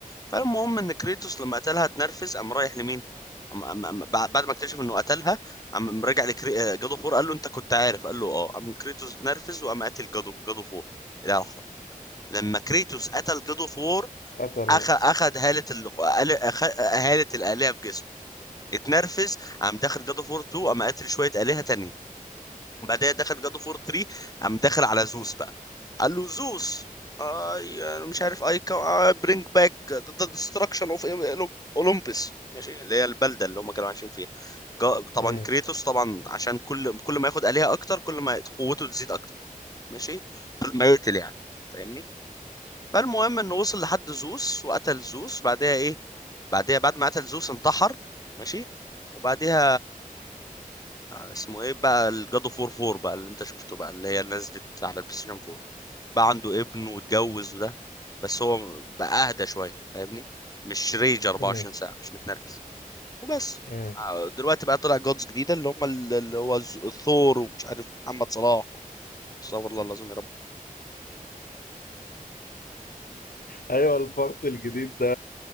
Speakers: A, on the left (about 25°); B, on the left (about 85°).
A: فالمهم ان كريتوس لما قتلها اتنرفز قام رايح لمين قام- قام- قام- بعد بعد ما اكتشف انه قتلها قام رجع لكري... جادو فور قال له انت كنت عارف قال له اه قام كريتوس اتنرفز وقام قاتل جادو جادو فور الاله الحرب لما كريتوس قتل جادو فور
B: قتل
A: اخ
B: نفسه
A: اخد هالة ال... أخ... هالة الالهه في جسمه اتنرفز قام داخل جادو فور 2 قام قاتل شويه الهه تانية وبعدها دخل جاد اوف وور 3 قام داخل على زوس بقى قال له زوس اي مش عارف اي برينج باك ذا ديستراكشن اوف اولمبس ماشي اللي هي البلده اللي هم كانوا عايشين فيها جا- طبعا
B: امم
A: كريتوس طبعا عشان كل كل ما ياخد آلهة اكتر كل ما قوته تزيد اكتر ماشي كل ما يقتل يعني فاهمني فالمهم انه وصل لحد زوس وقتل زوس بعدها ايه بعدها بعد ما قتل زوس انتحر ماشي وبعديها اسمه ايه بقى الجادو فور فور بقى اللي انت شفته بقى اللي هي اللي نزلت على البلاي ستيشن 4 بقى عنده ابن واتجوز وده بس هو بقى اهدى شويه فاهمني مش ريج 24
B: امم
A: ساعه مش متنرفز وبس
B: امم
A: آه، دلوقتي بقى طلع جودز جديده اللي هم ال- اللي هو ز- الثور ومش عارف محمد صلاح استغفر الله العظيم يا رب
B: ايوه البارت الجديد ده